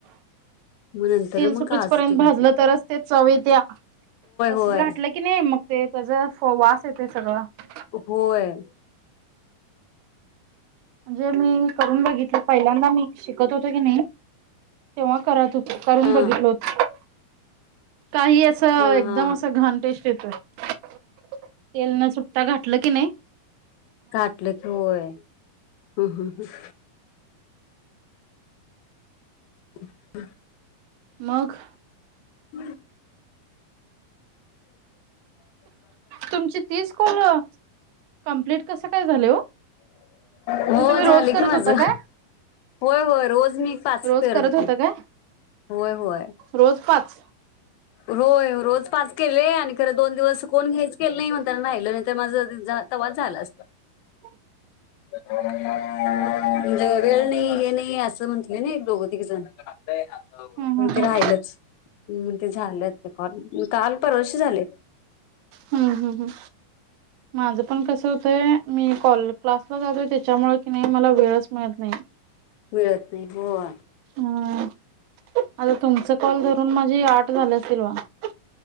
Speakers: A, on the left (about 80°); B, on the right (about 85°).
A: मग नंतर
B: तेल सुटूचपर्यंत
A: मग काजु तेन
B: भाजलं
A: घालतोयं.
B: तरच ते चवीत्या तसच
A: होय
B: घटलं की नाही मग ते तेज -- वास येतोय सगळा --
A: होय.
B: म्हणजे मी करून बघितलं पहिल्यांदा मी शिकत होतो की नाही तेव्हा करत हो -- करून
A: हा
B: बघितलं होत. काही असं
A: हा
B: एकदम
A: हा
B: असं घाण टेस्ट येतयं. तेल न सुट्टा घाठलं कीनी
A: घातलकी व्हयं हम् हम् ह्. ह्म.
B: मग.
A: <inaudible> <unintelligible>
B: तुमची तीस कॉल कंप्लीट कसं काय झाले हो?
A: हो
B: मग तुम्ही रोज
A: झाली
B: करत
A: की माझ.
B: होता
A: होय,
B: काय?
A: होय. रोज मी पाच
B: रोज
A: करत होतो.
B: होता काय?
A: होय, होय.
B: रोज पाच
A: होय. रोज पाच केले आणि खरं दोन दिवस कोण घेच केले नाही म्हणताना राहिलं नाही तर माझं तवाचं झाल असत.
B: हो.
A: म्हणजे वेळ नाही हे नाही असं म्हंटलंय ना एक दोघं तीघ जण. ते
B: हम्म हम्म
A: राहिलच.
B: हम्म
A: ते झाल्यात कॉल काल परवा दिवशी झालेयं.
B: हम्म, हम्म, हम्म. माझं पण कसं होतय मी कॉल क्लासला जातोय. त्याच्यामुळे की नाही मला वेळच मिळत नाही.
A: मिळत नाही होय.
B: ह आता तुमच कॉल धरून माझी आठ झालं असतील बघा.